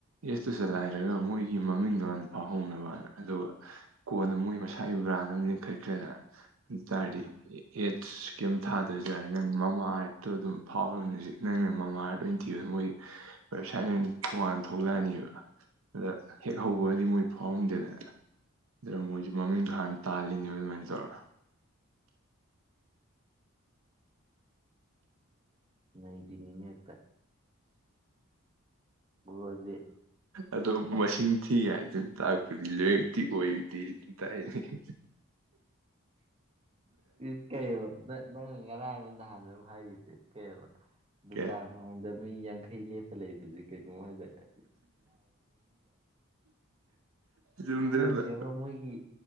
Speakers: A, on the right; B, on the right.
A: ꯑꯦꯁꯇꯨ ꯆꯂꯥꯏꯔꯒ ꯃꯣꯏꯒꯤ ꯃꯃꯤꯡꯗꯣ ꯃꯥꯥꯟꯅ ꯐꯥꯎꯍꯧꯅꯕ ꯑꯗꯨꯒ ꯀꯣꯟꯗ ꯃꯣꯏꯒꯤ ꯃꯁꯥꯒꯤ ꯕ꯭ꯔꯥꯟ ꯑꯃ ꯂꯤꯡꯈꯠꯈ꯭ꯔꯦꯗꯅ ꯑꯗꯨꯇꯥꯔꯗꯤ
B: ꯑꯥ
A: ꯑꯦꯠꯁ ꯀꯩꯝ ꯊꯥꯗꯣꯏꯁꯦ ꯖ ꯅꯪ ꯃꯃꯥ ꯑꯥꯔꯠꯇꯣ ꯑꯗꯨꯝ ꯐꯥꯎꯅꯦ ꯍꯧꯖꯤꯛ ꯅꯪꯅ ꯃꯃꯥ ꯑꯥꯔꯠ ꯑꯣꯏꯅ ꯊꯤ ꯃꯣꯏꯒꯤ ꯋꯦꯕꯁꯥꯏꯠ ꯊꯉꯥꯟ ꯊꯣꯛꯂꯛꯑꯅꯤꯕ ꯑꯗ ꯍꯦꯛ ꯍꯧꯕꯑꯗꯤ ꯃꯣꯏ ꯐꯥꯎꯔꯝꯗꯦꯗꯅ ꯑ ꯃꯣꯏ ꯃꯃꯤꯡ ꯈꯥꯟ ꯇꯥꯜꯂꯤꯅꯦꯕ ꯑꯗꯨꯃꯥꯏꯅ ꯇꯧꯔ
B: ꯅꯩ ꯄꯅꯤꯅ ꯌꯦꯛꯇ ꯕ꯭ꯔꯣꯗꯤ
A: ꯑꯗ ꯑꯣ ꯃꯁꯤꯡ ꯊꯤ ꯍꯥꯏꯗꯅ ꯇꯥꯛꯄꯗꯤ ꯂꯥꯏꯔꯛꯇꯤ ꯑꯣꯏꯗꯦ ꯑꯗꯨꯝ ꯇꯥꯛꯅꯤ <inaudible>
B: ꯁꯤ ꯀꯕ ꯉꯔꯥꯡ ꯑꯃ ꯅꯍꯥꯟ ꯍꯥꯏꯈꯤꯕꯦꯀꯩꯕ ꯗꯨꯀꯥꯟ
A: ꯀꯩ
B: ꯃꯥꯡꯗ ꯃꯤ ꯌꯥꯡꯈꯩꯄ ꯂꯩꯕꯁꯦ ꯀꯩꯅꯣ ꯍꯥꯏꯇꯥꯔꯦ
A: ꯆꯨꯝꯗ꯭ꯔꯗ
B: ꯌꯥꯅꯤ ꯅ ꯕ ꯃꯣꯏꯒꯤ